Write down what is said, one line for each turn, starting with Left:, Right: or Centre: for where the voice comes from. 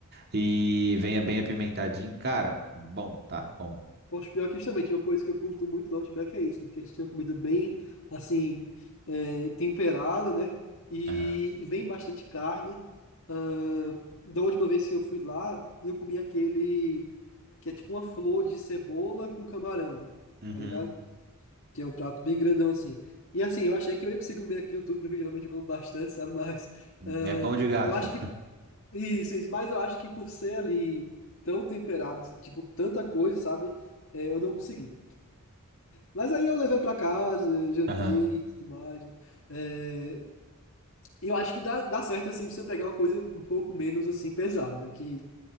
Right: E venha bem apimentadinho. Cara, bom, tá? Bom.
Left: Poxa, pior que isso também. Tinha uma coisa que eu curto muito do Outback, é isso, né? Que eles tinham comida bem, assim, é, temperada, né? E
Right: Aham.
Left: vem bastante carne. Ahn, da última vez que eu fui lá, eu comi aquele. que é tipo uma flor de cebola com camarão,
Right: Uhum.
Left: tá ligado? Que é um prato bem grandão assim. E assim, eu achei que eu ia conseguir comer aquilo tudo, porque geralmente eu como bastante, sabe? <laughs> Mas ah,
Right: É bom de garfo.
Left: eu acho que. Isso, isso, mas eu acho que por ser ali tão temperado, de, tipo, tanta coisa, sabe? É, eu não consegui. Mas aí eu levei pra casa, eu jantei
Right: Aham.
Left: e tudo mais, né? É, e eu acho que dá, dá certo, assim, você pegar uma coisa um pouco menos, assim, pesada, né? Que,